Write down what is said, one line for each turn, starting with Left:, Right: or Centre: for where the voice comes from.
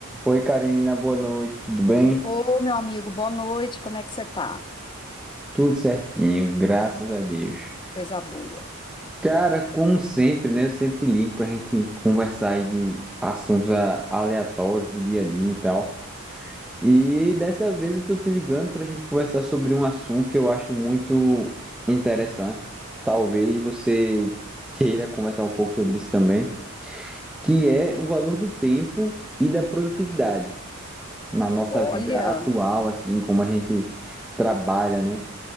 Centre: Oi, Karina, boa noite, tudo bem?
Left: Ô, meu amigo, boa noite, como é que você tá?
Centre: Tudo certinho, graças a Deus.
Left: Coisa boa.
Centre: Cara, como sempre, né? Eu sempre te ligo pra gente conversar aí de assuntos a- aleatórios do dia a dia e tal. E dessa vez eu tô te ligando pra gente conversar sobre um assunto que eu acho muito interessante. Talvez você queira conversar um pouco sobre isso também, que é o valor do tempo e da produtividade na nossa
Left: Olha,
Centre: vida atual, assim, como a gente trabalha, né?